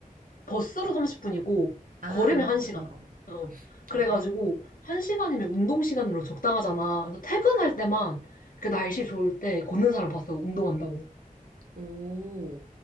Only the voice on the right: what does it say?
아,
어, 어.
아,
오,